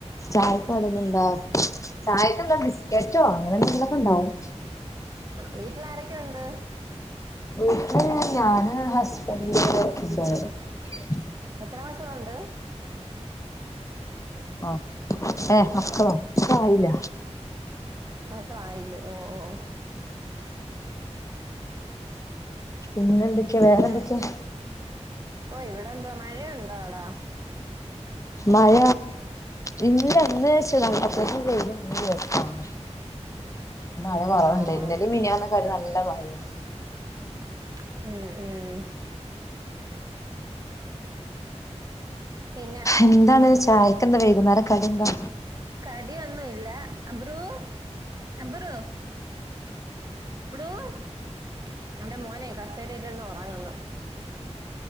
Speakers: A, on the left (about 25°); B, on the right (about 30°).
A: ചായക്ക് <unintelligible> ചായക്ക് എന്താ ബിസ്ക്കറ്റോഅങ്ങനെ എന്തങ്കിലും ഒക്കെ ഇണ്ടാവും
B: വിട്ടിൽ ആരൊക്കെ ഉണ്ട്
A: വീട്ടിൽ ഞാൻ ഹസ്ബൻഡ് <inaudible>
B: എത്ര മക്കളുണ്ട്
A: ആ ഏ അപ്പള്ളോ അപ്പം ആയില്ല
B: മക്കളയില്ലേ ഓ ഓ
A: പിന്നെ എന്തൊക്കെയാ
B: പിന്നെ
A: വേറെ എന്തൊക്കെയാ
B: ഓ ഇവിടെ എന്തുവാ മഴയുണ്ടോ അവിടെ
A: മഴ ഇ <unintelligible> ഇല്ലന്ന് <unintelligible> വെച്ച <unintelligible> മഴ കുറവുണ്ട്
B: ഓ
A: ഇന്നലെയും
B: ഓ
A: മിനിയാന്നും ഒക്കെയായിട്ടു നല്ല മഴയാണ്
B: ഉം ഉം പിന്നെ
A: എന്താണ് ചായക്ക് ഇന്ന് വൈക്കുനേരം കടി എന്താ
B: കടിയൊന്നുല അബ്രു അബ്രു <unintelligible> എന്റെ മോനെ കസേരയിൽ ഇരിന്നു ഉറങ്ങുന്നു